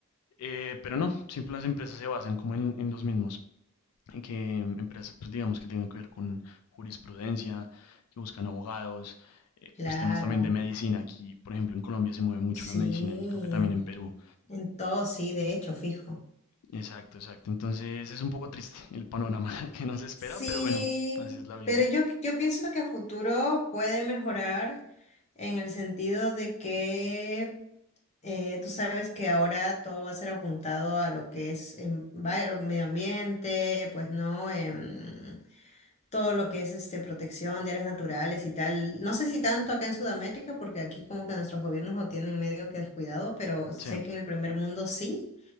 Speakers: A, on the left (about 80°); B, on the left (about 30°).
A: Eh, pero no, siempre las empresas se basan como en, en los mismos, en que empresas, pues digamos, que tengan que ver con jurisprudencia, que buscan abogados, eh,
B: Claro,
A: pues temas también de medicina. Aquí, por ejemplo, en Colombia se mueve mucho
B: sí,
A: la medicina y creo que también en Perú.
B: en todo sí, de hecho, fijo.
A: Exacto, exacto. Entonces es un poco triste el panorama <laughs> que nos espera,
B: Sí,
A: pero bueno, así es la vida.
B: pero yo, yo pienso que a futuro puede mejorar en el sentido de que eh, tú sabes que ahora todo va a ser apuntado a lo que es envi- medio ambiente, pues no, Em, todo lo que es este, protección de áreas naturales y tal. No sé si tanto acá en Sudamérica, porque aquí como que nuestros gobiernos lo tienen medio que descuidado, pero sé
A: Sí,
B: que en el primer mundo sí.